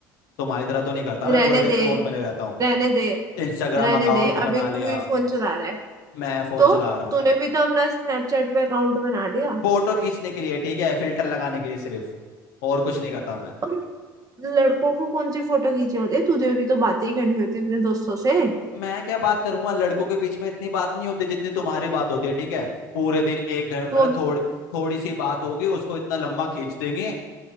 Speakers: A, on the left (about 75°); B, on the right (about 35°).
A: तुम्हारी तरह तो नहीं करता
B: रहने
A: मैं पूरे दिन
B: दे
A: फोन में लग रहता हूँ
B: रहने दे
A: इंस्टाग्राम
B: रहने
A: अकाउंट
B: दे
A: बना
B: अभी तू
A: लिया
B: ही फोन चला रहा है
A: मैं फोन
B: तो
A: चला रहा हूँ
B: तूने भी तो अपना स्नैपचैट पे अकाउंट बना लिया
A: फोटो खींचने के लिए ठीक है फिल्टर लगाने के लिए सिर्फ और कुछ नहीं करता मैं
B: और लड़कों को कौन सी फोटो खींचनी होती है तुझे भी तो बातें ही करनी होती है अपने दोस्तों से
A: मैं क्या बात करूंगा लड़कों के बीच में इतनी बात नहीं होती जितनी तुम्हारी बात होती है ठीक है पूरे दिन एक घ-
B: तो
A: मतलब
B: अब-
A: थोड़ी थोड़ी सी बात होगी उसको इतना लंबा खींच देंगे